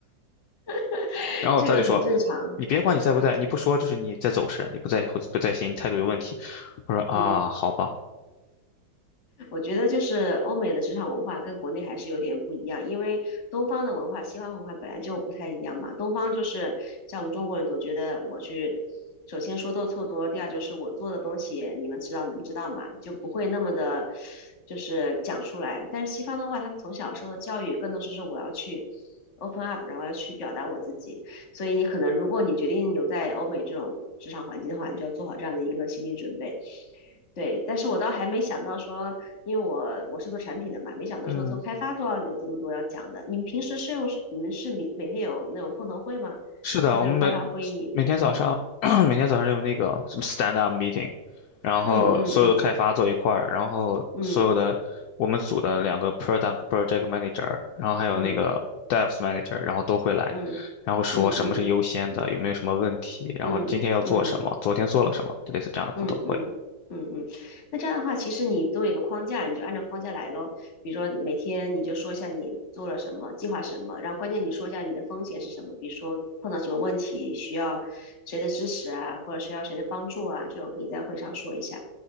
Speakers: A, on the left (about 45°); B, on the left (about 75°).
A: <laughs>
B: 然后他就说，
A: 这个很正常，
B: 你别管你在不在，
A: 对，太
B: 你不说就是你在走神，你不在会不在心，你态度有问题。我说啊，
A: 嗯。
B: 好吧，
A: 我觉得就是欧美的职场文化跟国内还是有点不一样，因为东方的文化、西方文化本来就不太一样嘛。东方就是像我们中国人总觉得我去，首先说多错多，第二就是我做的东西你们知道能知道嘛，就不会那么的，就是讲出来。但是西方的话，他们从小受的教育更多是说我要去 open up，然后要去表达我自己。所以你可能如果你决定留在欧美这种职场环境的话，你就要做好这样的一个心理准备。对，但是我倒还没想到说，因为我我是做产品的嘛，没想到说做开发都要有这么多要讲的。
B: 嗯。
A: 你们平时是用你们是每每天有那种碰头会吗？
B: 是的，
A: 就那种开发会议？
B: 我们每每天早上 <clears throat> 每天早上有那个什么 stand up meeting，然后所有开发坐一块儿，
A: 嗯嗯
B: 然后所有的我们组的两个
A: 嗯
B: product project manager，然后还有那个
A: 嗯
B: devs manager，然后都会来，
A: 嗯
B: 然后说什么是优先的，
A: 嗯嗯嗯
B: 有没有什么问题，
A: 嗯嗯嗯嗯嗯嗯。嗯嗯嗯嗯嗯
B: 然后今天要做什么，昨天做了什么，就类似这样的碰头会。
A: 嗯嗯嗯嗯，那这样的话，其实你都有个框架，你就按照框架来咯。比如说每天你就说一下你做了什么，计划什么，然后关键你说一下你的风险是什么，比如说碰到什么问题需要谁的支持啊，或者需要谁的帮助啊，这种可以在会上说一下。